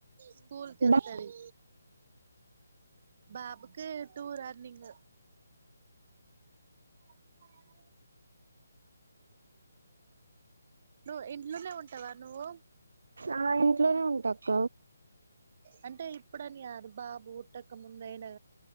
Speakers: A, on the right; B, on the right.
A: స్కూల్ కెళ్తది
B: బా
A: బాబుకి టూ రన్నింగు స నువ్ ఇంట్లోనే ఉంటవా నువ్వు
B: ఆ ఇంట్లోనే ఉంటక్క
A: అంటే ఇప్పుడని గాదు బాబు పుట్టక ముందైనా